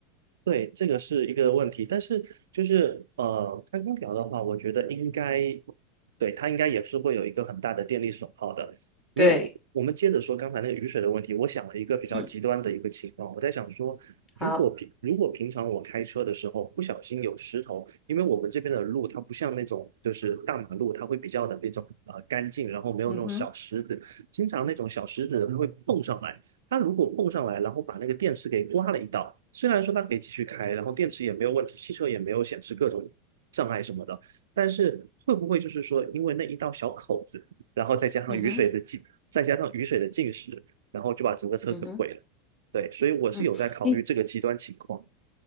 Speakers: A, on the right (about 75°); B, on the left (about 20°).
A: 对，这个是一个问题，但是就是呃，开空调的话，我觉得应该，对，它应该也是会有一个很大的电力损耗的。没有，
B: 对，
A: 我们接着说刚才那个雨水的问题，我想了一个比较极端的一个情况，
B: 嗯，
A: 我在想说，如果平如果平常我开车的时候不小心有石头，
B: 好，
A: 因为我们这边的路它不像那种就是大马路，它会比较的那种呃干净，然后没有那种小石子，
B: 嗯哼，
A: 经常那种小石子它会碰上来。它如果碰上来，然后把那个电池给刮了一道，虽然说它可以继续开，然后电池也没有问题，汽车也没有显示各种障碍什么的，但是会不会就是说，因为那一道小口子，然后再加上雨水的浸，
B: 嗯哼，
A: 再加上雨水的浸湿，然后就把整个车给毁了？
B: 嗯哼，
A: 对，所以我是有在考虑这个极端情况。
B: 嗯，你